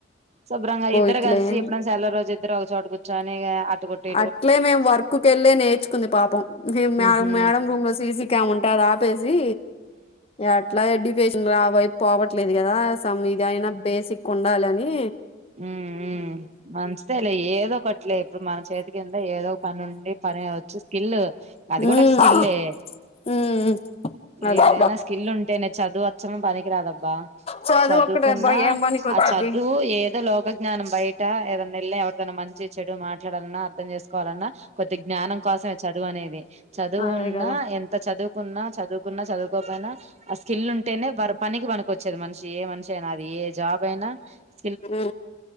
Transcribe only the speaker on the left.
ఇట్లే
అట్లే మేము వర్కు కెళ్ళే నేర్చుకుంది పాపం
మేడం రూమ్ లో సీసీ కెమ్ ఉంటే అది ఆపే సి ఎట్లా ఎడ్ రా వైపు పోవట్లేదు కదా సమ్ ఇదైనా బేసిక్ ఉండాలి అని
ఉమ్
ఉమ్ అదే
చదువు
ఒక్కటే అబ్బా ఏం పనికి వచ్చిద్ది
అదే కదా
హు